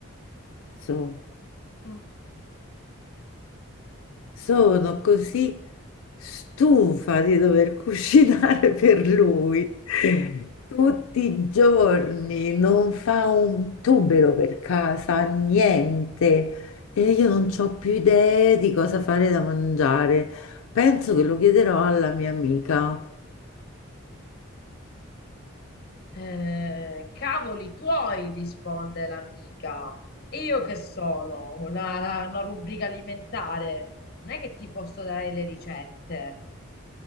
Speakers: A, on the left; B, on the left.
A: so-
B: Mm.
A: sono così stufa di dover cucinare <laughs> per
B: <laughs>
A: lui. Tutti i giorni non fa un tubero per casa, niente. E io non ho più idee di cosa fare da mangiare. Penso che lo chiederò alla mia amica.
B: Eh, cavoli tuoi, risponde l'amica. E Io che sono? La- la- una rubrica alimentare. Non è che ti posso dare le ricette.